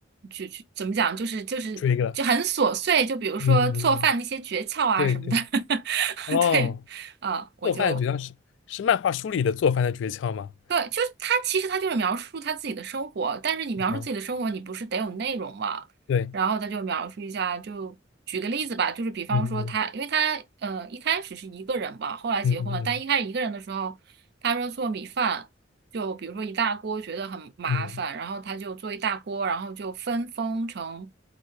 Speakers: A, on the right (about 60°); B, on the left (about 75°).
A: 就就怎么讲，就是就是就很琐碎，
B: 追了，
A: 就比如说做饭那些诀窍啊什么的，
B: 嗯嗯嗯，对对，
A: <laughs>
B: 哦，
A: 对啊，我就
B: 做饭诀窍是是漫画书里的做饭的诀窍吗？
A: 对，就是他，其实他就是描述他自己的生活，但是你描述自己的生活，
B: 啊，
A: 你不是得有内容嘛？
B: 对，
A: 然后他就描述一下，就举个例子吧，就是比方说他，
B: 嗯嗯
A: 因为他呃一开始是一个人吧，后来结婚了，
B: 嗯嗯嗯。
A: 但一开始一个人的时候，他说做米饭，就比如说一大锅觉得很麻烦，
B: 嗯
A: 然后他就做一大锅，然后就分封成